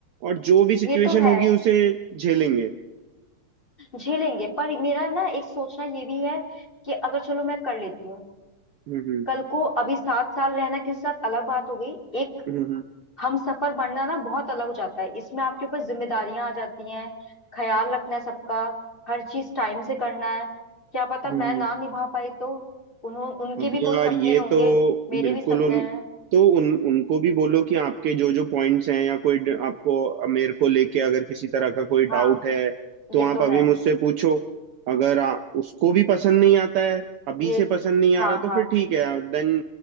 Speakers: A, on the right; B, on the left.
A: और जो भी सिचुएशन
B: ये तो है
A: होगी उसे झेलेंगे
B: झेलेंगे पर मेरा ना एक सोचना ये भी है कि अगर चलो मैं कर लेती हूँ
A: हम्म हम्म
B: कल को अभी सात साल रहना किसी के साथ अलग बात हो गई एक
A: हम्म हम्म
B: हम सफर बनना ना बहुत अलग हो जाता है इसमें आपके ऊपर जिम्मेदारियां आ जाती हैं ख्याल रखना है सबका हर चीज टाइम से करना है क्या पता
A: हम्म,
B: मैं
A: हम्म।
B: ना निभा पाई तो उन्हों उनके
A: अब
B: भी
A: यार
B: कोई सपने
A: ये
B: होंगे
A: तो
B: मेरे
A: बिल्कुल
B: भी सपने
A: उन
B: हैं
A: तो उन उनको भी बोलो कि आपके जो जो पॉइंट्स हैं या कोई ड- आपको मेरे को लेके अगर किसी तरह का कोई डाउट
B: हाँ
A: है तो
B: ये
A: आप
B: तो
A: अभी
B: है
A: मुझसे पूछो अगर आ, उसको भी पसंद नहीं आता है अभी
B: ये
A: से पसंद नहीं आ
B: हाँ
A: रहा तो
B: हाँ
A: फिर ठीक है देन